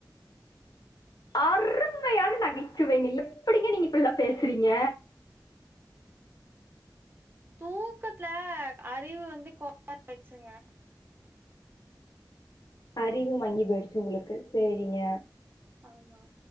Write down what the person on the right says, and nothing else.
தூக்கத்துல அறிவு வந்து கோளாறாய்ச்சுங்க
ஆமா